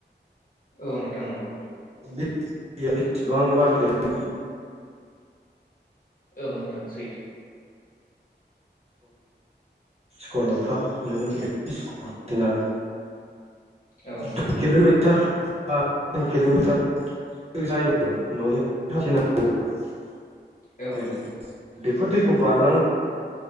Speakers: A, on the left; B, on the right.
A: औ नोंथां नंगौ।
B: दैया बेसेबांबा गिदिर <inaudible> <inaudible>
A: औ नोंथां सैथो
B: स्कुलाव थां नोङो एल पि स्कुलना
A: औ नोंथां
B: दुइ किल'मिटार बा थिन किल'मिटार जायोमोन न'निफ्राय हाथिना थाङोबा।
A: औ नोंथां
B: बेफोर दैखौ बारलांनो